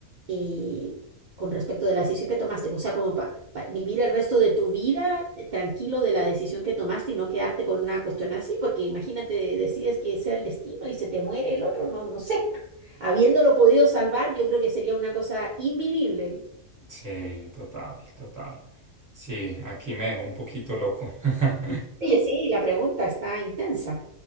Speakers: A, on the right (about 75°); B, on the right (about 15°).
A: eh, con respecto de la decisión que tomaste. O sea, como para vivir el resto de tu vida eh, tranquilo de la decisión que tomaste y no quedarte con una cuestión así, porque imagínate, decides que sea el destino y se te muere el otro, no, no sé. <laughs> Habiéndolo podido salvar, yo creo que sería una cosa invivible.
B: Sí, total, total. Sí, aquí me dejó un poquito loco. <laughs>
A: Oye, sí, la pregunta está intensa.